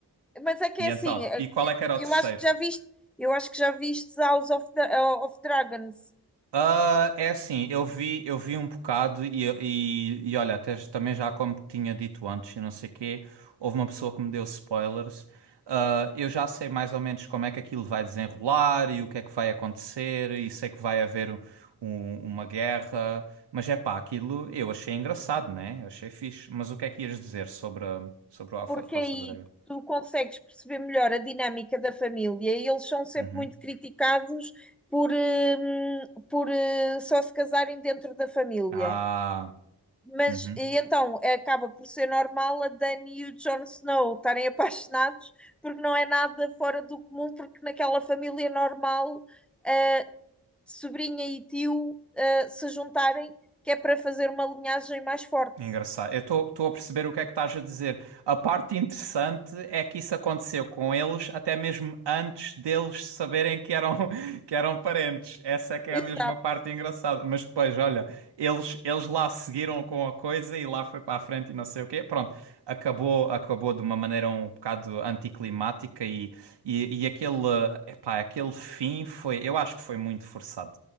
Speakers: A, in the centre; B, on the right (about 80°).
A: mas é que
B: E
A: é assim,
B: então? E qual é que era
A: eu
B: o terceiro?
A: acho que já viste, eu acho que já viste House of, Dra- of Dragons.
B: Ah, é assim, eu vi, eu vi um bocado e, e, e olha, até também já como tinha dito antes, e não sei quê, houve uma pessoa que me deu spoilers. Ah, eu já sei mais ou menos como é que aquilo vai desenrolar e o que é que vai acontecer, e sei que vai haver um- um, uma guerra, mas é pá, aquilo eu achei engraçado, né? Achei fixe. Mas o que é que ias dizer sobre, a- sobre o Alpha,
A: porque
B: Alpha
A: aí
B: Dragon?
A: tu consegues perceber melhor a dinâmica da família e eles são sempre
B: Uhum.
A: muito criticados por, hum, por eh, só se casarem dentro da família.
B: Ah,
A: Mas
B: uhum.
A: e então acaba por ser normal a Dani e o Jon Snow estarem <laughs> apaixonados, porque não é nada fora do comum, porque naquela família normal, eh, sobrinha e tio, eh, se juntarem, que é para fazer uma linhagem mais forte.
B: Engraçado. Eu estou a perceber o que é que estás a dizer. A parte interessante é que isso aconteceu com eles até mesmo antes deles saberem que eram, <laughs> que eram parentes. Essa é que
A: Exato.
B: é a mesma parte engraçada. Mas depois, olha, eles, eles lá seguiram com a coisa e lá foi para a frente e não sei o quê. Pronto, acabou, acabou de uma maneira um bocado anticlimática e, e, e aquele, epá, aquele fim foi, eu acho que foi muito forçado.